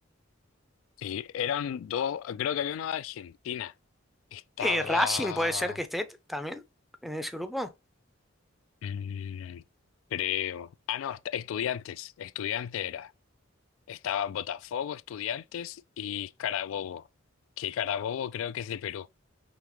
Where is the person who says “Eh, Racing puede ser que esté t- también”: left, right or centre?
Centre